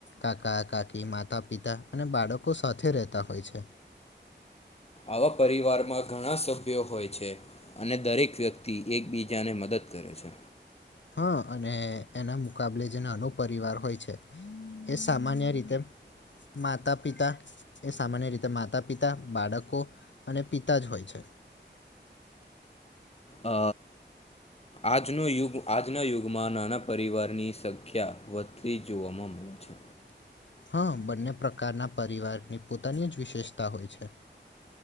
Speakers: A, on the left; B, on the left.
A: કાકા કાકી માતા પિતા અને બાળકો સાથે રહેતા હોય છે.
B: આવા પરિવારમાં ઘણા સભ્યો હોય છે અને દરેક વ્યક્તિ એકબીજાને મદદ કરે છે.
A: હા અને એના મુકાબલે જે નાનો પરિવાર હોય છે એ સામાન્ય રીતે માતા પિતા એ સામાન્ય રીતે માતા પિતા, બાળકો અને પિતા જ હોય છે. <unintelligible>
B: અ આજનો યુગ આજના યુગમાં નાના પરિવારની સંખ્યા વધતી જોવામાં
A: <unintelligible>
B: છે
A: હા બંને પ્રકારના પરિવારની પોતાની જ વિશેષતા હોય છે